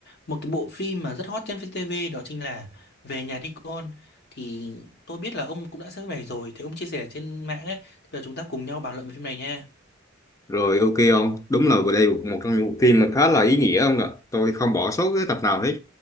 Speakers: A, on the left (about 55°); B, on the left (about 15°).
A: một cái bộ phim mà rất hot trên VTV đó chính là Về nhà đi con thì tôi biết là ông cũng đã xem phim này rồi thì ông chia sẻ trên mạng ấy thì bây giờ chúng ta cùng nhau bàn luận về phim này nha
B: Rồi ok ông, đúng là vừa đây một một trong những bộ phim mà khá là ý nghĩa ông ạ. Tôi không bỏ sót cái tập nào hết.